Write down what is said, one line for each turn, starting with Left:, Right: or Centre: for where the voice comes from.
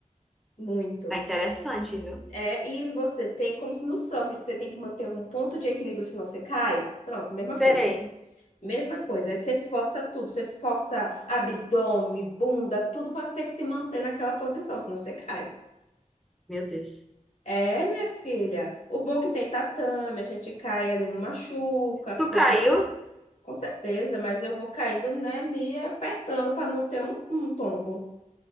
Left: muito.
Centre: Tá interessante, viu?
Left: É, e você tem, como se no surf, que você tem que manter um ponto de equilíbrio, senão você cai. Pronto, mesma
Centre: Sei.
Left: coisa. Mesma coisa. Aí você força tudo, você força abdômen, bunda, tudo para que você que se manter naquela posição, senão você cai.
Centre: Meu Deus.
Left: É, minha filha. O bom é que tem tatame, a gente cai ali, não machuca, sabe?
Centre: Tu caiu?
Left: Com certeza, mas eu vou caindo, né, me apertando para não ter um, um tombo.